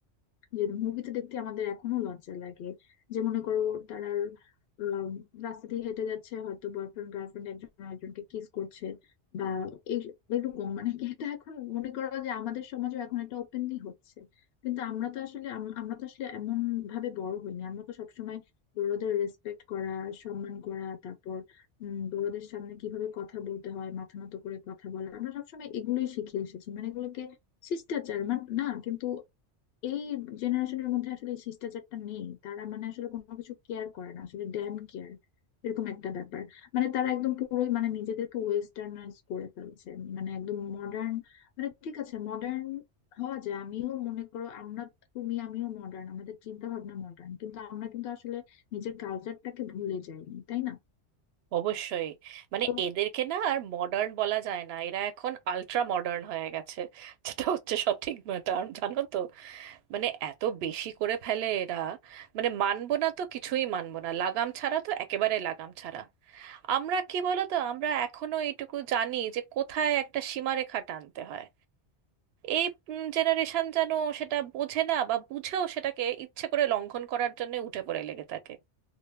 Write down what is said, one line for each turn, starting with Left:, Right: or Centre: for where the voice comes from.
Left: যে মুভিতে দেখতে আমাদের এখনো লজ্জা লাগে যে মনে করো তারা আহ, রাস্তা দিয়ে হেঁটে যাচ্ছে হয়তো বয়ফ্রেন্ড গার্লফ্রেন্ড একজন আরেকজনকে কিস করছে বা এই এরকম মানে কি এটা এখন মনে করো যে আমাদের সমাজে এখন এটা ওপেনলি হচ্ছে কিন্তু আমরা তো আসলে আম- আমরা তো আসলে এমন ভাবে বড় হইনি আমরা তো সবসময় বড়দের রেসপেক্ট করা সম্মান করা তারপর উম, বড়দের সামনে কিভাবে কথা বলতে হয় মাথা নত করে কথা বলা আমরা সবসময় এগুলোই শিখে এসেছি মানে এগুলোকে শিষ্টাচার মানে না কিন্তু এই জেনারেশনের মধ্যে আসলে এই শিষ্টাচারটা নেই তারা মানে আসলে কোনো কিছু কেয়ার করে না আসলে ড্যাম কেয়ার এরকম একটা ব্যাপার মানে তারা একদম পুরোই মানে নিজেদেরকে ওয়েস্টার্নাইজ করে ফেলছে মানে একদম মডার্ন মানে ঠিক আছে মডার্ন হওয়া যায় আমিও মনে করো আমরা তুমি আমিও মডার্ন আমাদের চিন্তা ভাবনা মডার্ন কিন্তু আমরা কিন্তু আসলে নিজের কালচারটাকে ভুলে যাইনি তাই না
Right: অবশ্যই মানে
Left: তো
Right: এদেরকে না আর মডার্ন বলা যায় না এরা এখন আল্ট্রা মডার্ন হয়ে গেছে যেটা হচ্ছে সঠিক টার্ম জানো তো মানে এত বেশি করে ফেলে এরা মানে মানবো না তো কিছুই মানবো না লাগাম ছাড়া তো একেবারে লাগাম ছাড়া আমরা কি বলতো আমরা এখনো এইটুকু জানি যে কোথায় একটা সীমারেখা টানতে হয় এই জেনারেশন যেন সেটা বোঝে না বা বুঝেও সেটাকে ইচ্ছে করে লঙ্ঘন করার জন্য উঠে পড়ে লেগে থাকে